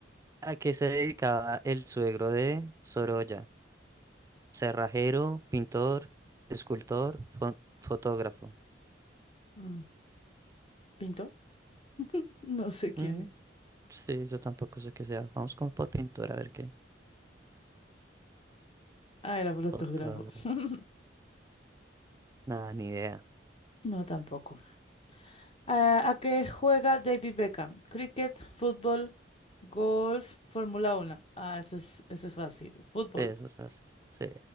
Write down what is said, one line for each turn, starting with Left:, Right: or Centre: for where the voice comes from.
Right: ¿A qué se dedicaba el suegro de Sorolla? Cerrajero, pintor, escultor, fo- fotógrafo.
Left: Mm, ¿Pintor? No sé quién
Right: Mm,
Left: es.
Right: sí, yo tampoco sé qué sea. Vamos con por pintor a ver qué.
Left: Ah, era fotógrafo.
Right: Fotógrafo.
Left: <laughs>
Right: Nada, ni idea.
Left: No, tampoco. Ah, ¿a qué juega David Beckham? Cricket, fútbol, golf, Fórmula Uno. Ah, ese es, ese es fácil. Fútbol.
Right: Sí, eso es fácil. Sí,